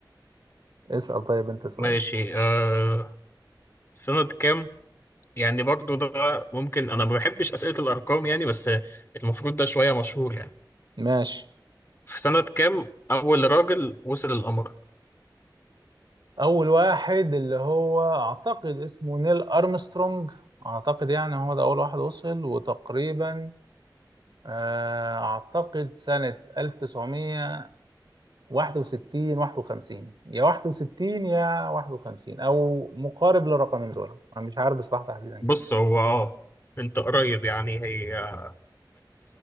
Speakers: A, on the right; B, on the left.
A: اسأل طيب أنت سؤال
B: ماشي آه سنة كام يعني برضه ده ممكن انا ما بحبش أسئلة الارقام يعني بس المفروض ده شوية مشهور يعني
A: ماشي
B: في سنة كام اول راجل وصل القمر
A: اول واحد اللي هو اعتقد اسمه نيل ارمسترونج اعتقد يعني هو ده اول واحد وصل وتقريبا آه، اعتقد سنة 1961 51 يا 61 يا 51 او مقارب للرقمين دول انا مش عارف بصراحة تحديدا
B: بص
A: كام
B: هو اه انت قريب يعني هي